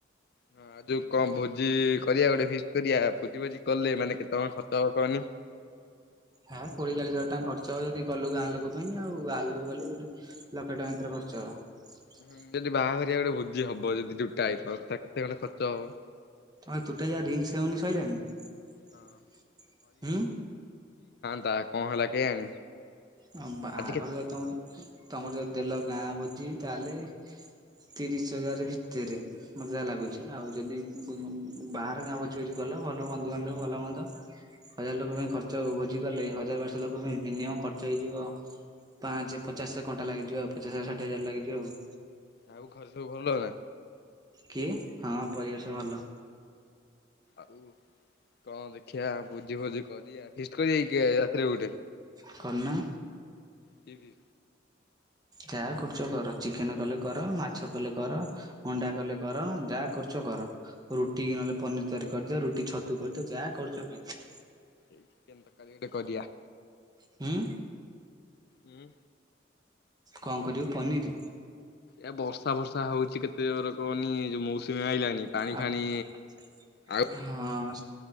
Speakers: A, on the left (about 55°); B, on the right (about 20°).
A: ହଁ ଆଉ ଯୋଉ କଣ ଭୋଜି କରିବା ଗୋଟେ ଫିଷ୍ଟ କରିବା ଭୋଜି ଭୋଜି କଲେ ମାନେ କେତେ କଣ ଖର୍ଚ୍ଚ ହବ କହନି।
B: ହା କୋଡିଏ ଚାଳିଶ ହଜାର ଟଙ୍କା ଖର୍ଚ୍ଚ ହବ ଯଦି କଲୁ ଗାଁ ଲୋକ ପାଇଁ ଆଉ ଗାଁ ଲୋକ ଗଲେ ଲକ୍ଷେ ଟଙ୍କା ଭିତରେ ଖର୍ଚ୍ଚ ହବ।
A: ହୁଁ ଯଦି ବାହାଘରିଆ ଗୋଟେ ଭୋଜି ହବ ଯଦି ଯୋଉ ଟାଇପ୍ ର ପଇସା କେତେ ମାନେ ଖର୍ଚ୍ଚ ହବ।
B: ଆ ତୁଟା ଯା ରିଙ୍ଗସେରିମନି ସଇଲାଣିି
A: ହଁ
B: ଉଁ?
A: ତା କଣ ହେଲା କେଆଣି।
B: ହଁ ବାହାଘରରେ
A: ଆଜି କେ
B: ତମରି ତମର ଯଦି ଦେଲ ଗାଁ ଭୋଜି ତାହେଲେ ତିରିଶ ହଜାରେ ଭିତରେ ମତେ ଯାହା ଲାଗୁଚି। ଆଉ ଯଦି ବୋ ବାହାର ଗାଁ ଭୋଜି ଭୋଜି କଲ ଭଲ ବନ୍ଧୁବାନ୍ଧବ ଭଲ ମନ୍ଦ ହଜାର ଲୋକ ପାଇଁ ଖର୍ଚ୍ଚ ହବ ବୋଲି। ଆଜିକାଲି ହଜାରେ ବାରଶହ ଲୋକ ପାଇଁ ମିନିମମ୍ ଖ ର୍ଚ୍ଚ ହେଇଯିବ ପାଞ୍ଚେ, ପଚାଶେ କଣ୍ଟା ଲାଗିଯିବ ଆଉ ପଚାଶ ହଜାରେ ଷାଠିଏ ହଜାରେ ଲାଗିଯିବ ଆଉ।
A: ଆଉ ଘରେ ସବୁ ଭଲ ନା?
B: କିଏ ହଁ ପରିବେଶ ଭଲ।
A: ଓ କଣ ଦେଖିଆ ଭୋଜି ଫୋଜି କରିବା ଫିଷ୍ଟ କରିବା କି କେବେ ରାତିରେ ଗୋ <unintelligible>
B: କରୁନା
A: ଟିଭିି।
B: ଯାହା କରୁଛ କର ଚିକେନ କଲେ କର, ମାଛ କଲେ କର, ଅଣ୍ଡା କଲେ କର, ଯାହା କରୁଛ କର। ରୁଟି
A: ଚିକେନ
B: କି ନହେଲେ ପନିର ତରକାରୀ କରିଦିଅ। ରୁଟି ଛତୁ କରିଦିଅ ଯାହା କରୁଛ କର।
A: ଏଇ ଚିକେନ ତକାରୀ ଗୋଟେ କରିଆ।
B: ହୁଁ
A: ହୁଁ।
B: କଣ କରିବୁ ପନିର?
A: ଏ ବର୍ଷା ବର୍ଷା ହଉଛି କେତେ ଜୋର୍ କହନି ଯୋଉ ମୌସୁମୀ ଆଇଲାଣି ପାଣି
B: ଆ
A: ଫାଣି
B: ହଁ।
A: ଆଉ